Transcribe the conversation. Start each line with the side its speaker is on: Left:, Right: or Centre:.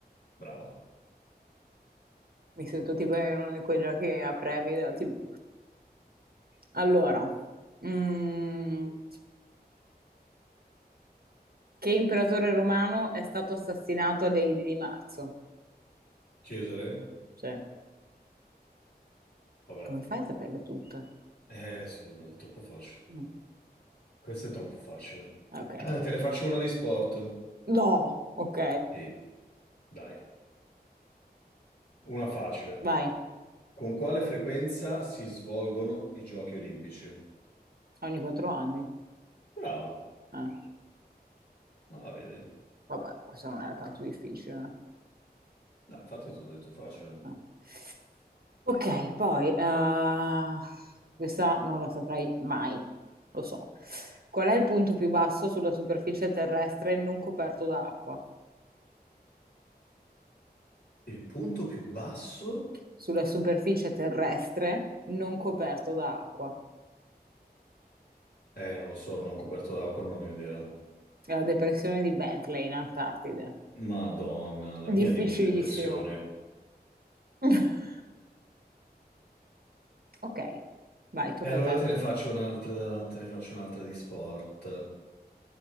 Left: Brava.
Right: Mi sento tipo in uno di quei giochi a premi della TV. Allora, mm, Che imperatore romano è stato assassinato a Lady di Marzo?
Left: Cesare?
Right: Cioè,
Left: Vabbè.
Right: come fai a saperle tutte?
Left: Eh sì, vabbè, è troppo facile.
Right: Mm,
Left: Questo è troppo facile.
Right: Ok.
Left: Ah, te ne faccio una di sport.
Right: No! Ok,
Left: Sì, dai. Una facile.
Right: vai.
Left: Con quale frequenza si svolgono i giochi olimpici?
Right: Ogni quattro anni.
Left: Brava.
Right: Eh,
Left: Ah, vedi.
Right: Vabbè, questo non era tanto difficile.
Left: No, infatti ti ho detto facile.
Right: eh. Eh. Ok, poi, eh, questa non la saprei mai, lo so. Qual è il punto più basso sulla superficie terrestre non coperto da acqua?
Left: Il punto più basso?
Right: Sulla superficie terrestre non coperto da acqua.
Left: Eh, non lo so, non coperto d'acqua, non ho idea.
Right: La depressione di Bentley in Antartide.
Left: Madonna, la mia
Right: Difficilissimo.
Left: di- depressione.
Right: <laughs> Ok, vai, tocca
Left: E allora
Right: a te.
Left: te ne faccio un'altra, da- te ne faccio un'altra di sport.